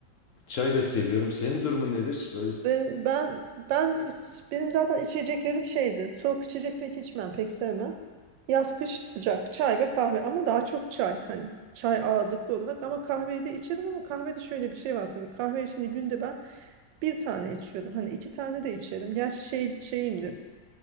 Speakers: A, on the left (about 65°); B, on the right (about 80°).
A: Çay da seviyorum. Senin durumun nedir? Böyle
B: Ben, ben, ben benim zaten içeceklerim şeydi. Soğuk içecek pek içmem, pek sevmem. Yaz kış sıcak çay ve kahve ama daha çok çay hani çay ağırlıklı olarak ama kahveyi de içerim ama kahvede şöyle bir şey var tabii. Kahveyi şimdi günde ben bir tane içiyorum. Hani iki tane de içerim. Gerçi şey, şeyimdir.